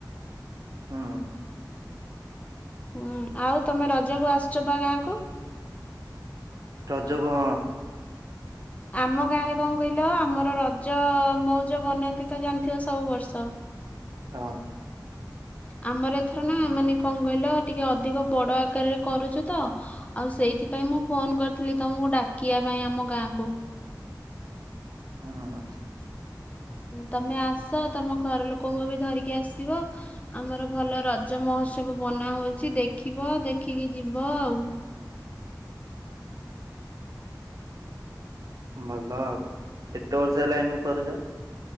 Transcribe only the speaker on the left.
ହୁଁ ଆଉ ତମେ ରଜକୁ ଆସୁଚ ପା ଗାଁକୁ।
ଆମ ଗାଁ ରେ କଣ କହି ଲ ଆମର ରଜ ମଉଜ ବନାନ୍ତି ତ ଜାଣି ଥିବ ସବୁ ବର୍ଷ।
ଆମର ଏଥର ନା ମାନେ କଣ କଇଲ ଟିକେ ଅଧିକ ବଡ ଆକାରରେ କରୁଚୁ ତ ଆଉ ସେଇଥିପାଇଁ ମୁଁ ଫୋନ କରିଥିଲି ତମକୁ ଡାକିଆ ପାଇଁ ଆମ ଗାଁକୁ।
ତମେ ଆସ ତମ ଘର ଲୋକଙ୍କୁ ବି ଧରିକି ଆସିବ। ଆମର ଭଲ ରଜ ମହୋତ୍ସବ ବନା ହଉଚି ଦେଖିବ ଦେଖିକି ଯିବ ଆଉ।